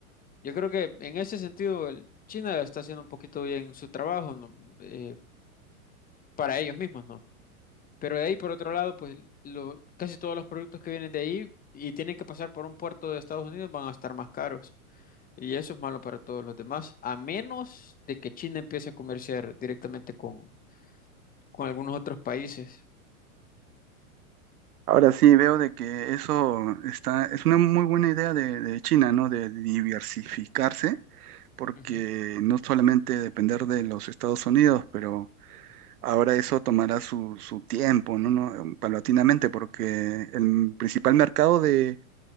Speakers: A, on the left; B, on the right.
A: Yo creo que en ese sentido el- China está haciendo un poquito bien su trabajo, ¿no? Eh, para ellos mismos, ¿no? Pero de ahí, por otro lado, pues lo- casi todos los productos que vienen de ahí y tienen que pasar por un puerto de Estados Unidos van a estar más caros. Y eso es malo para todos los demás, a menos de que China empiece a comerciar directamente con, con algunos otros países.
B: Ahora sí, veo de que eso está, es una muy buena idea de, de China, ¿no? De diversificarse, porque
A: Ujú.
B: no solamente depender de los Estados Unidos, pero ahora eso tomará su, su tiempo, ¿no? ¿no? em, Paulatinamente, porque el principal mercado de,